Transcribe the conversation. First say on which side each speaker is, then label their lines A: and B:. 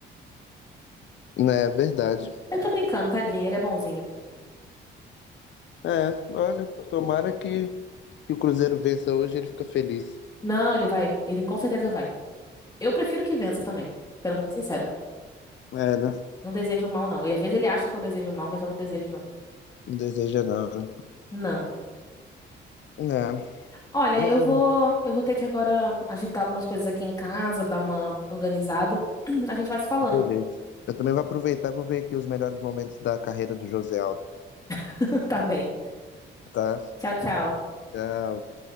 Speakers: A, on the left; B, on the left.
A: É, verdade.
B: Eu tô brincando, tadinho, ele é bonzinho.
A: É, olha, tomara que, que o Cruzeiro vença hoje e ele fica feliz.
B: Não, ele vai. Ele com certeza vai. Eu prefiro que vença também. Sendo muito sincera.
A: É, né?
B: Não desejo mal, não. E às vezes ele acha que eu desejo mal, mas eu não desejo, não.
A: Não deseja não, né?
B: Não.
A: É,
B: Olha,
A: Eu,
B: eu vou, eu vou ter que agora agitar algumas coisas aqui em casa, dar uma organizada. <clears throat> A gente vai se falando,
A: beleza. Eu também vou aproveitar e vou ver aqui os melhores momentos da carreira do José Aldo,
B: <laughs> tá bem?
A: tá?
B: Tchau, tchau.
A: Tchau.